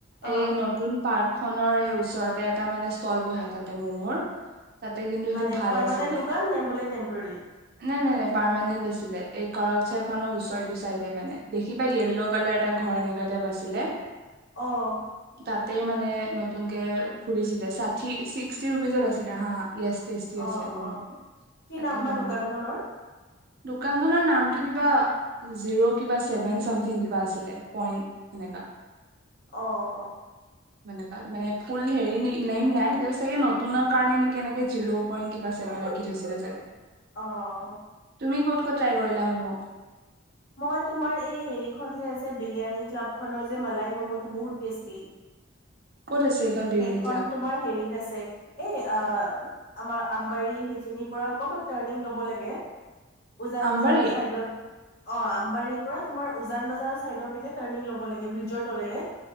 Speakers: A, on the left (about 55°); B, on the right (about 50°).
A: অ
B: এ নতুন পাৰ্ক খনৰ এই ওচৰতে এটা মানে ষ্টল বহে তাতে ম'মৰ তাতে কিন্তু সেইটো
A: মানে
B: ভাল
A: পাৰমানেন্ট
B: আছিলে
A: দোকান নে বোলে টেম্পৰেৰী
B: নাই নাই নাই পাৰমানেণ্ট আছিলে এই কৰক চাইখনৰ ওচৰটো চাইডে মানে দেখিবা য়েল্ল' কালাৰ এটা ঘৰ এনেকা তাইপ আচিলে
A: অহ
B: তাতে মানে নতুনকে খুলিছিলে ষাঠি ছিক্সটি ৰুপিজত আছিলে হা হা য়েছ টেষ্টি
A: অ
B: আছে মম
A: অ কি
B: তাতে
A: নাম
B: মম
A: বা দোকানখনৰ
B: দোকান নামটো কিবা জিৰো কিবা চেভেন চমঠিং কিবা আছিলে পইন্ট সেনেকা
A: অ অ অ
B: এনেকুৱা মানে ফুল হেৰি নেইম নাই চাগে নতুৰ কাৰণে নেকি এনেকে জিৰ' পইণ্ট কিবা চেভেন ৰাখি থৈছিলে চাগে
A: আহ
B: তুমি ক'ত ক'ত ট্ৰাই কৰিলা মম'
A: মই তোমাৰ এই হেৰিখন যে আছে বিৰিয়ানী ক্লাবখনৰ যে মালাই মম'টো বহুত টেষ্টি
B: ক'ত আছে এইখন বিৰিয়ানী
A: সেইখন
B: ক্লাব
A: তোমাৰ হেৰিত আছে এই আহ আমাৰ আমবাৰী সেইখিনিৰ পৰা অকমান টাৰ্ণিং লব লাগে উজান
B: আমবাৰী
A: বজাৰৰ চাইডত অ আম বাৰীৰ পৰা তোমাৰ উজান বজাৰৰ চাইডৰ পিনে টাৰ্ণিং লব লাগে ব্ৰিজৰ তলেৰে